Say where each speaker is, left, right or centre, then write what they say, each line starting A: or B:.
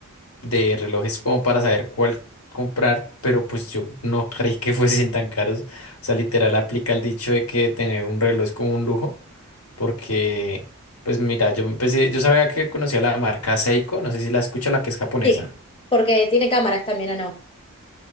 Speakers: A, on the left; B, on the left.
A: de relojes como para saber cuál comprar, pero pues yo no <laughs> creí que fuesen tan caros. O sea, literal aplica el dicho de que tener un reloj es como un lujo, porque pues mira, yo empecé, yo sabía que conocía la marca Seiko, no sé si la escucha, la que es japonesa.
B: Sí. Porque tiene cámaras también, ¿o no?